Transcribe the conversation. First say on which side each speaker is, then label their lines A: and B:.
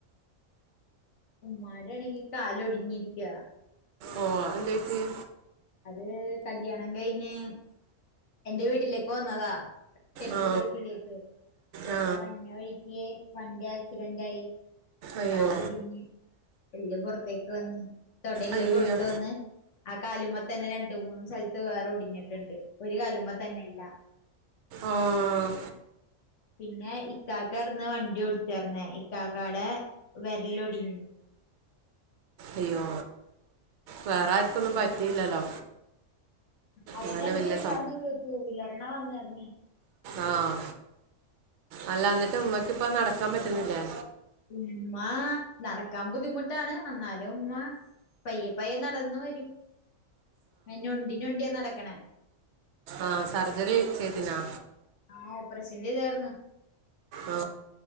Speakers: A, on the left; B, on the right.
A: ഉമ്മാടെ ആണെങ്കി കാല് ഒടിഞ്ഞിരിക്കാ.
B: ഓഹ് എന്ത പറ്റിയെ.
A: അത് കല്യാണം കയ്ഞ്ഞ് എന്റെ വീട്ടിലേക്ക് വന്നതാ. കെട്ടിച്ച
B: ആ
A: വീട്ടിലേക്ക്
B: ആ
A: അ വര്ന്ന വഴി. യേ വണ്ടി ആക്സിഡന്റായി
B: അയ്യോ
A: കാലൊടിഞ്ഞ്. എല്ല് പൊറത്തേക്ക് വന്ന് തൊടല്ല്
B: അയ്യോ
A: പുറത്ത് വന്ന് ആ കാലുമ്മ. തന്നെ രണ്ട് മൂന്ന് സ്ഥലത്ത് വേറെ ഒടിഞ്ഞിട്ട്ണ്ട് ഒരു കാല്മ്മതന്നെ എല്ലാ.
B: ആഹ്.
A: പിന്നെ ഇക്കാക്കാർന്ന് വണ്ടി ഓടിച്ചാര്ന്നേ ഇക്കാക്കാടെ വെര്ലൊടിഞ്ഞ്.
B: അയ്യോ വേറെ ആർക്കൊന്നും പറ്റിയില്ലല്ലോ.
A: അവര്
B: ഇവനെ
A: രണ്ട്പേര്ണ്ടായിരുന്നുള്ളു
B: വലിയ
A: റ്റൂവീലർന്നാ വന്നെയ്ർന്നെ.
B: ആഹ് അല്ല ഇന്നട്ട് ഉമ്മക്കിപ്പം നടക്കാം പറ്റുന്നില്ലേ.
A: ഉമ്മാ നടക്കാം ബുദ്ധിമുട്ടാണ് എന്നാലും ഉമ്മ. പയ്യെപ്പയ്യെ നടന്ന വരൂം ഞൊണ്ടി ഞൊണ്ടിയാ നടക്ക്ണെ.
B: ആഹ് സർജറി ചെയ്തിനൊ.
A: ആഹ് ഓപർഷൻ ചൈതായ്ര്ന്നു
B: ആ